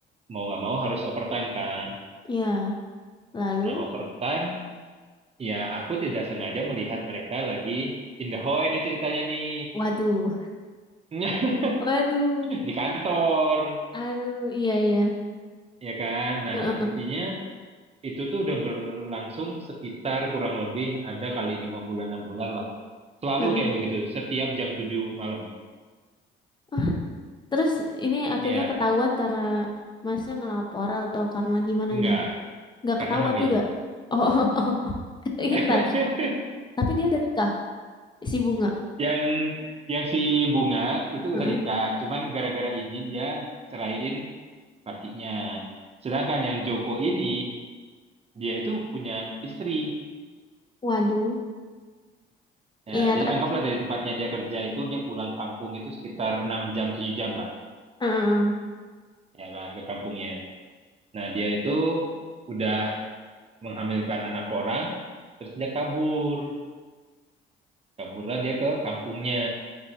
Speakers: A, on the right (about 30°); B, on the left (about 25°).
A: mau nggak mau harus overtime kan.
B: ya lalu
A: Nah overtime, ya aku tidak sengaja melihat mereka lagi in the hall ini ceritanya nih
B: waduh
A: <laughs>
B: Waduh,
A: di kantor,
B: aduh, iya iya.
A: ya kan. Nah
B: Heeh,
A: intinya. itu tuh udah berlangsung sekitar kurang lebih ada kali lima bulan enam bulan lah. Selalu
B: heeh.
A: kayak begitu, setiap jam 7 malam.
B: Oh, terus ini akhirnya
A: Iya,
B: ketahuan karena masnya ngelapor atau karena gimana
A: enggak,
B: nih? Nggak
A: karena
B: ketahuan
A: hamil.
B: juga. Oh, <laughs> oh, oh, oh. <laughs> Ntar.
A: <laughs>
B: Tapi dia udah nikah, si Bunga.
A: Yang yang si Bunga itu
B: Heeh.
A: udah nikah, cuman gara-gara ini dia ceraiin lakinya. Sedangkan yang Joko ini dia itu punya istri.
B: Waduh,
A: Ya,
B: iya
A: jadi
B: tapi,
A: anggaplah dari tempatnya dia kerja itu dia pulang kampung itu sekitar 6 jam 7 jam lah,
B: heeh,
A: ya kan ke kampungnya. Nah, dia itu udah menghamilkan anak orang, terus dia kabur. Kaburlah dia ke kampungnya,